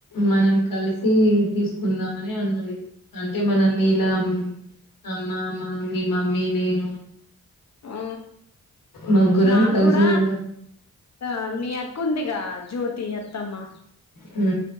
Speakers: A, on the left; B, on the left.
A: మనం కలిసి తీసుకుందామని అన్నది అంటే మన నీలా అమ్మామ మీ మమ్మీ నేను
B: ఆ
A: ముగ్గురం
B: నాకు
A: కలిసి
B: కూడ
A: వెళ్ళాం
B: ఆ మీ అక్క ఉందిగా జ్యో తి అత్తమ్మ
A: హు